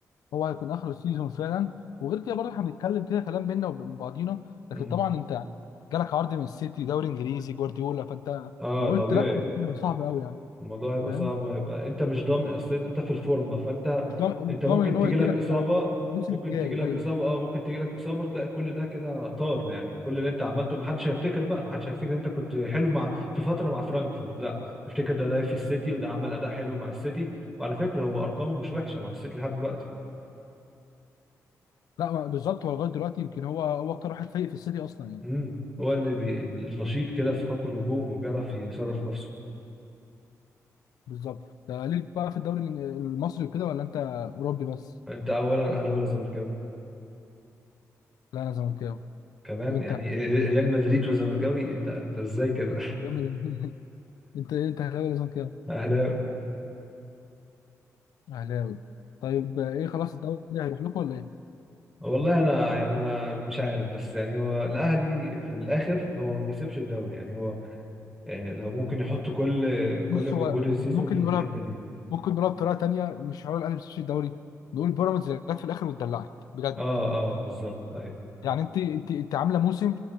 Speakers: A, on the left (about 85°); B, in the centre.
A: هو هيكون اخر سيزون فعلا وغير كده برضه احنا بنتكلم كده كلام بينا وبين بعضينا لكن
B: امم
A: طبعا انت يعني جالك عرض من السيتي دوري انجليزي جوارديولا فانت
B: اه
A: لو
B: طبيعي
A: قلت لا انا هيبقى صعب قوي يعني
B: الموضوع هيبقى
A: فاهم
B: صعب وهيبقى انت مش ضامن اصلا انت في الفورمه فانت
A: مش ضامن
B: انت
A: مش
B: ممكن
A: ضامن ان هو
B: تجيلك
A: يجي لك
B: اصابه
A: الموسم
B: ممكن
A: الجاي
B: تجيلك
A: ايوه
B: اصابه اه ممكن تجيلك اصابه تلاقي كل ده كده طار يعني كل اللي انت عملته محدش هيفتكر بقى محدش هيفتكر انت كنت حلو مع في فتره مع فرانكفورت لا افتكر ده ده في السيتي وده عمل اداء حلو مع السيتي وعلى فكره هو ارقامه مش وحشه مع السيتي لحد دلوقتي
A: لا هو بالظبط هو لغايه دلوقتي يمكن هو هو اكتر واحد فايق في السيتي اصلا يعني
B: امم هو اللي بي... النشيط كده في خط الهجوم وبيعرف يصرف نفسه
A: بالظبط ده ليك بقى في الدوري الإنج- المصري وكده ولا انت اوروبي بس؟
B: فانت اولا اهلاوي ولا زملكاوي
A: لا انا زملكاوي
B: كمان
A: وانت؟
B: يعني ريال مدريد وزملكاوي انت انت ازاي كده
A: جامد. <laughs> انت ايه انت اهلاوي ولا زملكاوي؟
B: <laughs> اهلاوي
A: اهلاوي طيب آه، ايه خلاص الدوري هيروح لكم ولا ايه؟
B: والله انا يعني انا مش عارف بس يعني هو الاهلي في الاخر هو ما بيسيبش الدوري يعني هو آه، لو ممكن يحط كل كل
A: بص
B: مجهود
A: هو
B: السيزون
A: ممكن
B: في الحتة
A: نقولها ب-
B: دي
A: ممكن نقولها بطريقه تانيه مش هقول الاهلي بس الدوري نقول بيراميدز اللي جت في الاخر واتدلعت بجد
B: اه اه بالظبط ايوه
A: يعني انت انت انت عامله موسم